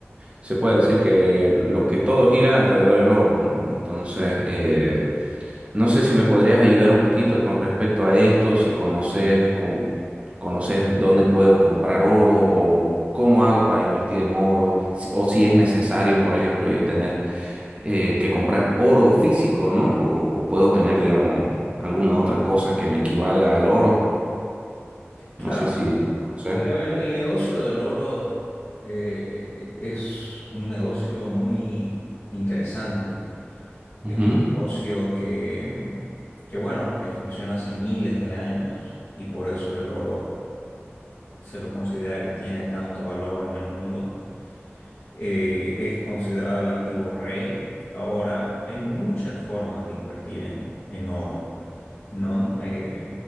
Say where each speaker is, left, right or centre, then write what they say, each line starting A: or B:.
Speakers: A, on the right; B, on the left.
A: Se puede decir que lo que todo gira alrededor del oro, ¿no? Entonces, eh, No sé si me podrías ayudar un poquito con respecto a esto, si conoces, con- conoces dónde puedo comprar oro o cómo hago para invertir en oro, si- o si es necesario, por ejemplo, yo tener eh, que comprar oro físico, ¿no? O, o puedo tener, digamos, alguna otra cosa que me equivalga al oro.
B: Claro,
A: No sé si, no sé.
B: el, ne- el- el negocio del oro eh, eh, eh, es un negocio muy interesante.
A: Ujú.
B: Es un negocio que, mm, que, bueno, que funciona hace miles de años y por eso el oro se lo considera que tiene tanto valor en el mundo. Eh, es considerado el activo rey. Ahora, hay muchas formas de invertir en, en oro. ¿no? Eh,